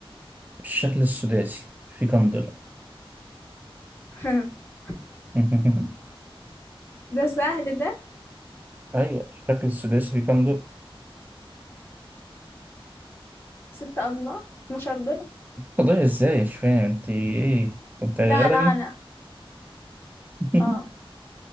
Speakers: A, on the right; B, on the left.
A: الشكل السداسي في كم ضلع؟
B: <laughs>
A: <laughs>
B: ده سهل ده
A: أيوه الشكل السداسي في كم ضلع؟
B: ستة أضلاع 12 ضلع
A: قضية إزاي مش فاهم أنت إيه؟ أنت أدبي؟
B: لا لا أنا
A: <laughs>
B: اه